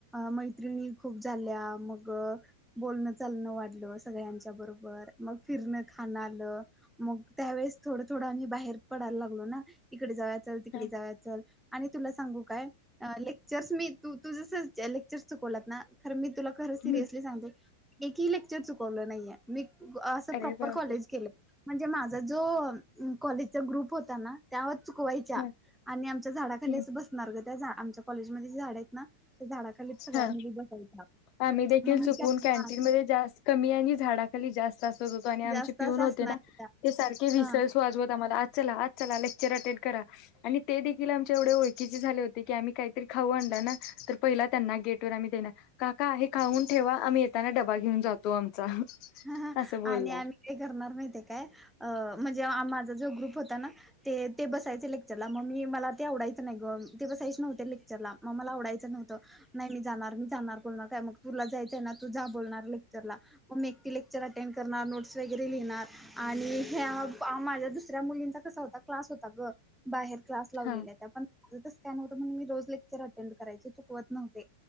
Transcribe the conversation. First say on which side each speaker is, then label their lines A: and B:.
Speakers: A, in the centre; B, on the left.
A: मैत्रिणी खूप झाल्या, मग बोलण- चालण वाढलं, सगळ्यांच्या बरोबर मग फिरण खाण आलं मग त्यावेेळेस थोडं-थोडं आम्ही बाहेर पडायला लागलो, ना इकडे जाव- तिकडे
B: हा.
A: जाव चल, आणि तुला सांगू काय? लेक्चर्स मी तू तू जस लेक्चर चुकवल्या ना खर मी तुला खरंच सिरियसली
B: हं.
A: सांगते एकही लेक्चर चुकवलं नाहीये मी व असं
B: अरे
A: प्रॉपर
B: बापरे
A: कॉलेज केलंय म्हणजे मा झा जो काॅलेजचा ग्रूप होता ना त्या चुकवायच्या
B: हा
A: आणि आमच्या झाडाखाली
B: हं.
A: असं बसणार गं त्या झा आमच्या कॉलेजमध्ये झाडं आहेत. ना त्या झाडाखाली सगळ्या
B: हा.
A: मुली बसायच्या
B: आम्ही देखील
A: मग मी
B: चुकून
A: <unintelligible>
B: कॅन्टीन मध्ये जास्त कमी आणि झाडाखाली जास्त असत होतो आणि आमचे
A: जास्त
B: पिऊन
A: असं
B: होते
A: असणार
B: ना ते सारखे विसर्स
A: हा
B: वाजवत आम्हाला आत चला आत चला लेक्चर अटेंड करा आणि ते देखील आमच्या एवढे ओळखीचे झाले होते, की आम्ही काहीतरी खाऊ आणलं ना तर पहिला त्यांना गेटवर आम्ही देणार काका हे खाऊन ठेवा, आम्ही येताना डबा घेऊन जातो आमचा
A: हां हां
B: असं बोलणार
A: आणि आम्ही काय करणार माहितीय काय? अ म्हणजे माझा जो ग्रुप हो ता ते ते बस सायचे लेक्चरला म मी मला ते आवडा यचं नाही गं ते बसायचे नव्हते लेक्चरला मग मला आवडायचं नव्हतं, नाही मी जाणार मी जाणार पूर्ण काय मग तुला जायचंय ना तू जा बोलणार लेक्चरला म मी एकटी लेक्चर अटेंड करणार नोट्स वगैरे लिहणार, आणि ह्या माझ्या दुसऱ्या मुलींचा कसा होता क्लास होता गं बाहेर क्लास लावलेल्या
B: हा
A: त्या पण माझं तर स्कॅन होतं म्हणून मी रोज लेक्चर अटेंड करायचे चुकवत नव्हते.